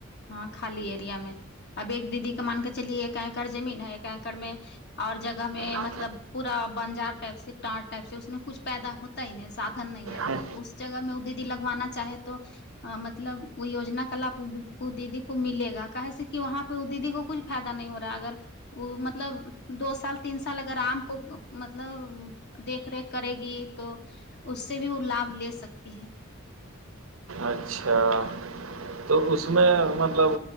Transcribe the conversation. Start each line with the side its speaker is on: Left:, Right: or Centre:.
Left: ہاں خالی ایریا میں اب ایک د دیدی کا مان کے چلیے ایک اکڑ زمین ہے ایک اکڑ میں اور جگہ میں
Right: اچھا
Left: مطلب پورا بنجار ٹائپ سے ٹٹ ٹائپ سے اس میں کچھ پیدا ہوتا ہی ن سادھن نہیں ہے
Right: ہ
Left: تو اس جگہ میں وہ دیدی لگوانا چاہے تو مطلب وہ یوجنا کا لابھ وہ دیدی کو ملے گا کہ س کہ وہاں پہ دیدی کو کچھ فائدہ نہیں ہو رہا اگر وہ مطلب دو سال تین سال اگر آام کو مطلب دیکھ ریکھ کرے گی تو اس سے بھی لابھ لے سکتی ہے
Right: اچھا تو اس میں مطلب